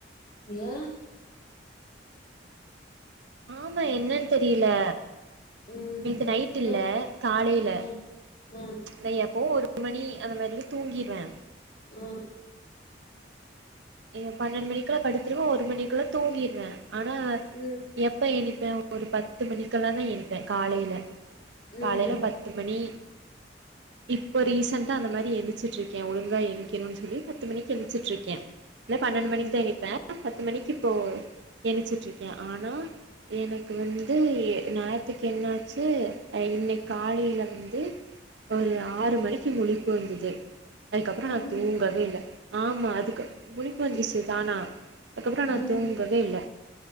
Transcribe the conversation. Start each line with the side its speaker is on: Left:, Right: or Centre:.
Left: ஏ
Right: ஆமா என்னனு தெரியல
Left: ம்.
Right: நேத்து நைட் இல்ல
Left: ம்,
Right: காலைல
Left: ம், ம்,
Right: இல்லயாப்போவு ஒரு மணி அந்த மாரில தூங்கிடுவே
Left: ம்
Right: இங்க பன்னெண்டு மணிக்குள்ள படுத்துருவே ஒரு மணிக்குள்ள தூங்கிடுறே ஆனா
Left: ம்
Right: எப்ப எணிப்பே ஒரு பத்து மணிக்கெல்லா தா எணிப்பே காலைல
Left: ம்,
Right: காலையில பத் து மணி இப்போ ரீசெண்டா அந்த மாரி எழுச்சிட்டுருக்கே ஒழுங்கா எண்கிணுனு சொல்லி பத்து மணிக்கு எழுச்சிட்டுருக்கே இல்ல பன்னெண்டு
Left: ம்.
Right: மணிக்கு தா எழுந்திருப்பே பத்து மணிக்கு இப்போ எந்திச்சிட்டு இருக்கே ஆனா எனக்கு வந்து நேத்துக்கு என்னாச்சு அ இன்னிக் காலைலந்து ஒரு ஆறு மணிக்கு முழிப்பு வந்துது அதுக்கப்றோ நா
Left: மணிக்கா?
Right: தூங்கவே இல்ல ஆமா அதுக் முழிப்பு வந்துச்சு தானா அதுக்கப்றோ நா
Left: ம்,
Right: தூங்கவே இல்ல